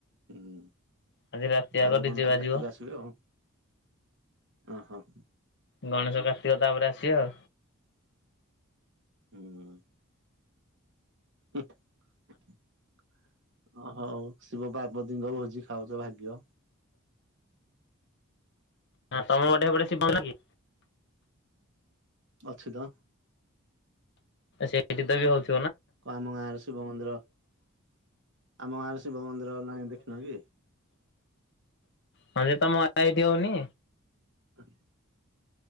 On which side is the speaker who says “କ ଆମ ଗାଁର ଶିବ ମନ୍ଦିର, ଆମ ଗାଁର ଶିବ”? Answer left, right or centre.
Right